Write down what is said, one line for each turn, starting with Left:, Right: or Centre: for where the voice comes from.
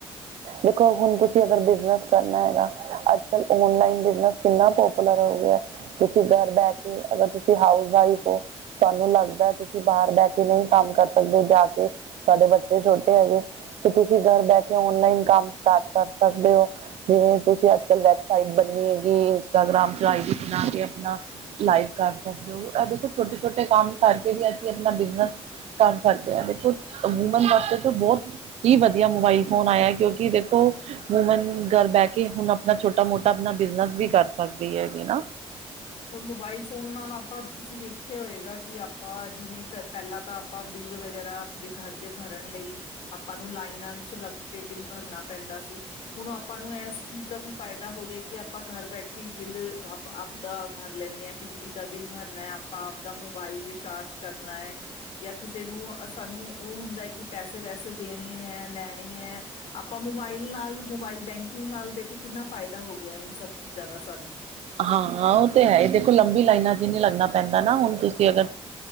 Right: ਦੇਖੋ ਹੁਣ ਤੁਸੀਂ ਅਗਰ ਬਿਜਨਸ ਕਰਨਾ ਹੈਗਾ ਅੱਜ ਕੱਲ ਓਨਲਾਈਨ ਬਿਜਨਸ ਕਿੰਨਾ ਪੋਪੂਲਰ ਹੋ ਗਿਆ ਤੁਸੀਂ ਘਰ ਬਹਿ ਕੇ ਅਗਰ ਤੁਸੀਂ ਹਾਊਸ ਵਾਈਫ ਹੋ ਤੁਹਾਨੂੰ ਲੱਗਦਾ ਤੁਂ ਤੁਸੀਂ ਬਾਹਰ ਬਹਿ ਕੇ ਨਹੀਂ ਕੰਮ ਕਰ ਸਕਦੇ ਜਾ ਕੇ ਤੁਹਾਡੇ ਬੱਚੇ ਛੋਟੇ ਹੈਗੇ ਤੇ ਤੁਸੀਂ ਘਰ ਬਹਿ ਕੇ ਓਨਲਾਈਨ ਕੰਮ ਸਟਾਰਟ ਕਰ ਸਕਦੇ ਹੋ ਜਿਵੇਂ ਤੁਸੀਂ ਅੱਜ ਕੱਲ ਵੈਬਸਾਈਟ ਬਣਨੀ ਹੈਗੀ ਇੰਸਟਾਗ ਗ੍ਰੰ ਚ ਇ ਡੀ ਬਣਾ ਕੇ ਆਪਣਾ ਲਾਈਵ ਕਰ ਸਕਦੇ ਹੋ ਦੇਖੋ ਛੋਟੇ-ਛੋਟੇ ਕੰਮ ਕਰਕੇ ਵੀ ਆਪਣਾ ਬਿਜਨਸ ਕਰ ਸਕਦੇ ਆ ਦੇਖੋ ਵੋਮੈਨ ਵਾਸਤੇ ਬਹੁਤ ਹੀ ਵਧੀਆ ਮੋਬਾਈਲ ਫੋਨ ਆਇਆ ਕਿਉਂਕਿ ਦੇਖ ਵੂਮਨ ਘਰ ਬਹਿ ਕੇ ਹੁਣ ਆਪਣਾ ਛੋਟਾ ਮੋਟਾ ਆਪਣਾ ਬਿਜਨਸ ਵੀ ਕਰ ਸਕਦੇ ਹੈਗੇ ਨਾ
Left: ਰ ਮੋਬਾਇਲ ਫੋਨ ਨਾਲ ਆਪਾਂ ਤੁਸੀਂ ਵੇਖਿਆ ਹੋਏਗਾ ਕਿ ਆਪਾਂ ਜਿਵੇਂ ਪਹਿਲਾਂ ਤਾਂ ਆਪਾਂ ਬਿੱਲ ਵਗੈਰਾ ਆਪਣੇ ਘਰ ਦੇ ਭਰਨ ਲਈ ਆਪਾਂ ਨੂੰ ਲਾਈਨਾਂ ਵਿੱਚ ਲੱਗ ਕੇ ਬਿੱਲ ਭਰਨਾ ਪੈਂਦਾ ਸੀ ਹੁਣ ਆਪਾਂ ਨੂੰ ਇਸ ਚੀਜ਼ ਦਾ ਵੀ ਫਾਇਦਾ ਹੋ ਗਿਆ ਕਿ ਆਪਾਂ ਘਰ ਬੈਠੇ ਹੀ ਬਿੱਲ ਆਪ ਆਪਦਾ ਭਰ ਲੈਂਦੇ ਹਾਂ ਬਿਜਲੀ ਦਾ ਬਿੱਲ ਭਰਨਾ ਹੈ ਆਪਾਂ ਆਪ ਦਾ ਮੋਬਾਈਲ ਰਿਚਾਰਜ ਕਰਨਾ ਹੈ ਜਾਂ ਕਿਸੇ ਨੂੰ ਸਾਨੂੰ ਉਹ ਹੁੰਦਾ ਕਿ ਪੈਸੇ ਵੈਸੇ ਦੇਣੇ ਹੈ ਲੈਣੇ ਹੈ ਆਪਾਂ ਮੋਬਾਈਲ ਨਾਲ ਮੋਬਾਈਲ ਬੈਂਕਿੰਗ ਨਾਲ ਦੇਖੋ ਕਿੰਨਾ ਫਾਇਦਾ ਹੋ ਗਿਆ ਇਨ ਸਬ ਚੀਜ਼ਾਂ ਦਾ ਸਾਨੂੰ
Right: ਹਾਂ ਉਹ ਤੇ ਹੈ ਇਹ ਦੇਖੋ ਲੰਬੀ ਲਾਈਨਾਂ ਚ ਨਹੀ ਲੱਗਣਾ ਪੈਂਦਾ ਨਾ ਹੁਣ ਤੁਸੀਂ ਅਗਰ